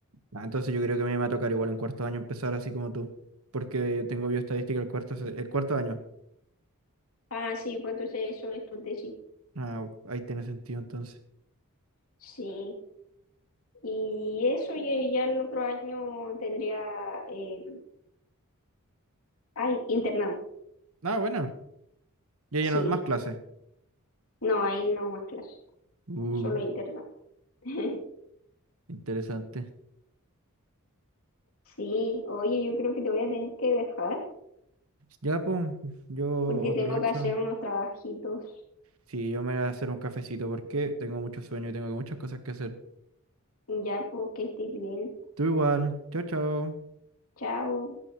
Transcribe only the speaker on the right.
Ah, entonces yo creo que a mí me va a tocar igual en cuarto año empezar así como tú, porque yo tengo bioestadística el cuarto, se- el cuarto año.
Ah, ahí tiene sentido entonces.
Ah, bueno, ya lleno
más clases.
Uh,
interesante.
Ya, pues, yo
aprovecho.
Sí, yo me voy a hacer un cafecito porque tengo mucho sueño y tengo muchas cosas que hacer.
Tú igual. Chao, chao.